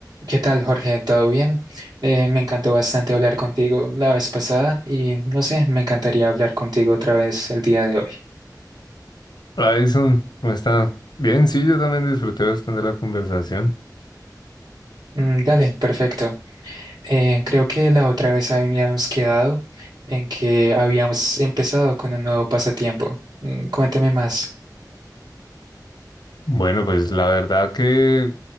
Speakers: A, on the right; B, on the left.
A: ¿Qué tal, Jorge? ¿Todo bien? Eh, me encantó bastante hablar contigo la vez pasada y no sé, me encantaría hablar contigo otra vez el día de hoy.
B: Hola Edison, ¿cómo está? Bien, sí, yo también disfruté bastante la conversación.
A: Mm, dale, perfecto. Eh, creo que la otra vez habíamos quedado en que habíamos empezado con un nuevo pasatiempo. Mm, cuéntame más.
B: Bueno, pues la verdad que